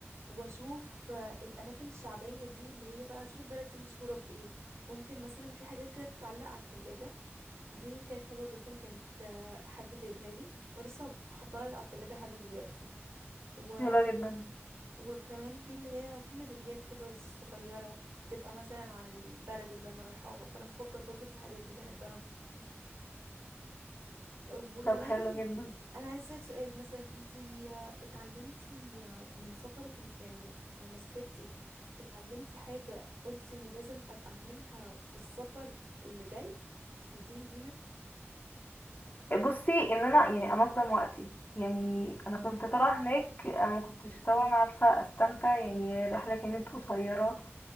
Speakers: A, on the right; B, on the left.
A: واشوف آه، الاماكن الشعبيه دي اللي هي بقى اشوف البلد دي مشهوره بايه ممكن مثلا في حاجات كده بتتعلق على التلاجة دي كانت حلوه جدا كانت آه، حد جايبها لي ولسه حطاها على التلاجة لحد دلوقتي و...
B: حلو جدا
A: وكمان في اللي هي في ميداليات كده صغيره بتبقى مثلا عن البلد اللي انا رايحاها فانا بفكر برضو في الحاجات دي بحبها وكمان
B: طب حلو جدا
A: انا عايز اسالك سؤال مثلا انتي آه، اتعلمتي آه، من سفرك ال- يعني لم- لما سافرتي اتعلمتي حاجة قلتي ان لازم ابقى اعملها في السفر اللي جاي تفيديني بيها
B: بصي ان انا يعني انظم وقتي يعني انا كنت طالعه هناك انا ما كنتش طبعا عارفه استمتع يعني الرحله كانت قصيره